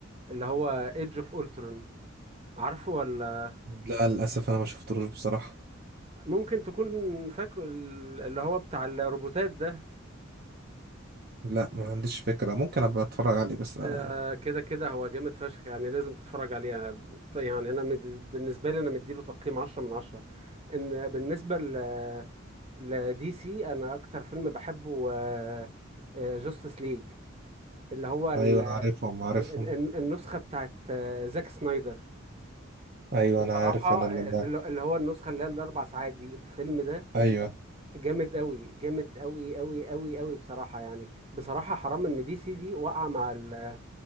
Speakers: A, on the right; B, on the right.
A: اللي هو ايدج اوف اولترون عارفه ولا
B: لا للاسف انا ما شفتلوش بصراحة
A: ممكن تكون فاكره ال- اللي هو بتاع الروبوتات ده
B: لا ما عنديش فكرة ممكن ابقى اتفرج عليه بس آه.
A: آه، كده كده هو جامد فشخ يعني لازم تتفرج عليه ط- يعني انا مد- بالنسبه لي انا مديله تقييم 10 من 10 ان بالنسبه ل لدي سي انا اكتر فيلم بحبه جاستس ليج اللي هو ال-
B: ايوه انا عارفهم عارفهم
A: ال- ال- النسخه بتاعت آه، زاك سنايدر
B: ايوه
A: بصراحه
B: انا عارف انا لما
A: ال- اللي هو النسخه اللي هي الاربع ساعات دي الفيلم ده
B: ايوه
A: جامد قوي جامد قوي قوي قوي قوي بصراحة يعني بصراحة حرام ان دي سي دي وقع مع ال...